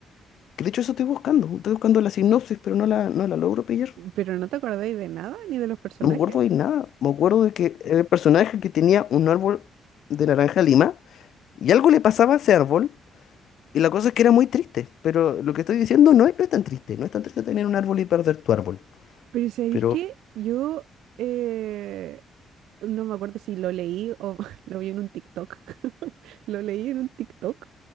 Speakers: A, on the left (about 70°); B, on the right (about 85°).
A: Que de hecho eso estoy buscando. Estoy buscando la sinopsis, pero no la, no la logro pillar.
B: ¿Pero no te acordáis de nada, ni de los personajes?
A: No me acuerdo de nada. Me acuerdo de que el personaje que tenía un árbol de naranja lima y algo le pasaba a ese árbol. Y la cosa es que era muy triste. Pero lo que estoy diciendo no es, no es tan triste. No es tan triste tener un árbol y perder tu árbol.
B: Pero ¿sabéis
A: Pero
B: qué? Yo eh, no me acuerdo si lo leí o <laughs> lo vi en un TikTok. <laughs> Lo leí en un TikTok